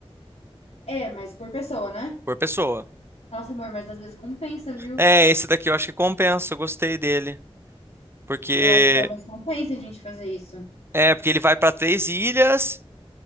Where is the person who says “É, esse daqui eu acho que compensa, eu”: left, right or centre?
Right